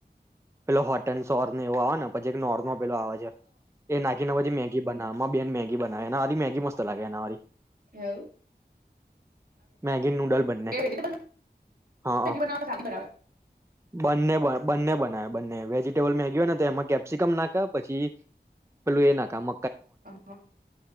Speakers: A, on the right; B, on the right.
A: પેલો હોટ એન્ડ સોર ને એવો આવે ને, પછી એક નોરમલ પેલો આવે છે, એ નાખીને પછી મેગી બનાવે. માંર બેન મેગી બનાવે, એના હાથની મેગી મસ્ત લાગે એના વાળી.
B: એવુ?
A: મેગી નૂડલ બંને.
B: વેજીટેબલ
A: હં,
B: મેગી બનાવે કે સાદી બનાવે
A: બંને બ બંને બનાવે. બન્. ને વેજીિટેબલ મેગી હોય ને, તો એમાં કેપ્સિકમ નાખે, પછી પેલું એ નાખે મ
B: હા